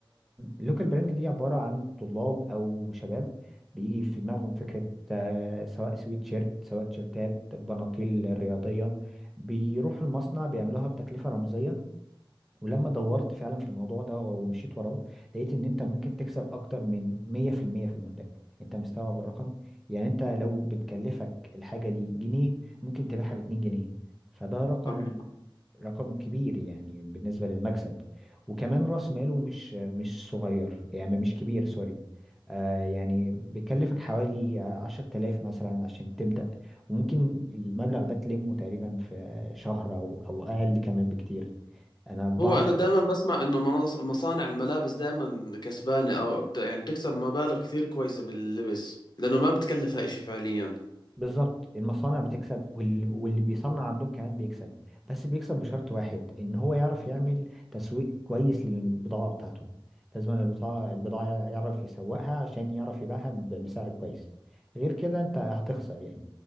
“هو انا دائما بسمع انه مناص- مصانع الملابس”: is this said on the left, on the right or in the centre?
Left